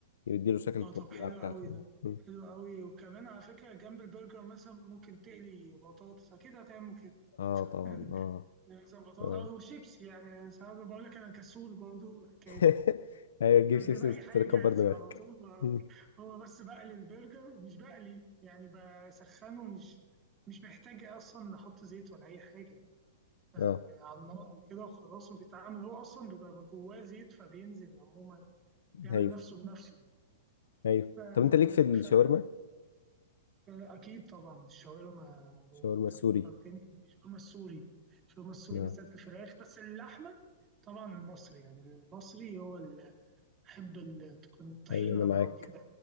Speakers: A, on the left; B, on the right.
A: يديله شكل
B: اه
A: التطبيعة
B: طب حلو
A: بتاعته
B: قوي
A: يعني.
B: ده
A: مم.
B: حلو قوي وكمان على فكره جنب البرجر مثلا ممكن تقلي بطاطس اكيد هتعمل كده <laughs>
A: اه طبعا اه
B: يعني مثلا بطاطس
A: اه
B: او شيبسي يعني ساعات بقول لك انا كسول برضو حكايه
A: <laughs> ايوه تجيب
B: اجيب
A: شيبسي
B: اي
A: وتكبر
B: حاجه جاهزه
A: دماغك
B: على طول ما-
A: مم.
B: هو بس بقلي البرجر مش بقلي يعني بسخنه مش مش محتاج اصلا نحط زيت ولا اي حاجه ف-
A: اه
B: على النار وكده وخلاص وبيتعمل هو اصلا بيبقى جواه زيت فبينزل عموما بيعمل
A: ايوه
B: نفسه بنفسه
A: ايوه
B: ف...
A: طب انت ليك في الشاورما
B: ف... اكيد طبعا الشاورما
A: شاورما
B: انت
A: السوري
B: فكرتني الشاورما السوري الشاورما السوري
A: اه
B: بالذات الفراخ بس اللحمه طبعا المصري يعني المصري هو اللي بحب ال- تكون الطحينه
A: ايوه انا معاك
B: بقى وكده